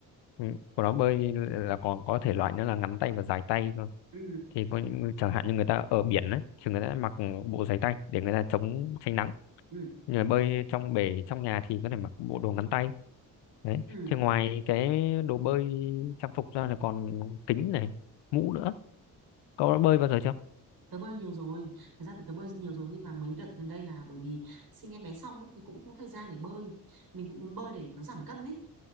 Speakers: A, on the left; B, on the right.
A: Ừ, quần áo bơi là còn có thể loại nữa là ngắn tay và dài tay cơ.
B: ừ,
A: thì có những người- chẳng hạn như người ta ở biển đấy thì người ta mặc bộ giày tay để người ta chống tránh nắng
B: ừ,
A: người bơi trong bể trong nhà thì có thể mặc bộ đồ ngắn tay đấy
B: ừ.
A: thì ngoài cái đồ bơi trang phục ra là còn kính này mũ nữa có bơi bao giờ chưa
B: Tớ bơi nhiều rồi, thật ra thì tớ bơi nhiều rồi nhưng mà mấy đợt gần đây là bởi vì sinh em bé xong ấy, thì cũng không có thời gian để bơi. Mình cũng muốn bơi để nó giảm cân ý